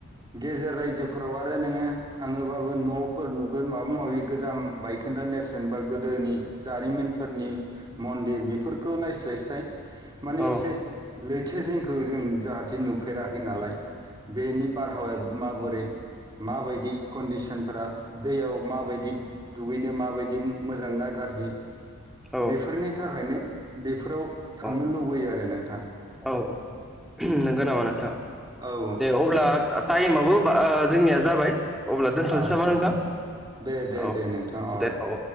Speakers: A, on the right; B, in the centre.
A: गेजेर रायजोफोराव आरो नोङो थाङोबाबो न'फोर नुगोन माबा माबि गोजाम बायखोन्दा नेरसोनबा गोदोनि जारिमिनफोरनि मन्दिर बेफोरखौ नायस्लायस्लाय माने
B: औ
A: एसे लैथो जिंखौ जों जाहाथे नुफेराखै नालाय बेनि बारहावाया माबोरै माबायदि कन्डिसनफोरा दैयाव माबायदि दुगैनो माबायदि मोजां ना गाज्रि
B: औ
A: बेफोरनि थाखायनो बेफोराव थांनो
B: औ
A: लुबैयो आरो नोंथां
B: औ
A: उम
B: नंगौ नामा नोंथां
A: औ
B: दे अब्ला टाइमाबो जोंनिया जाबाय अब्ला दोनथ'नोसै
A: आदसा
B: नामा नोंथां
A: आदसा दे दे
B: औ
A: दे नोंथां अ
B: दे औ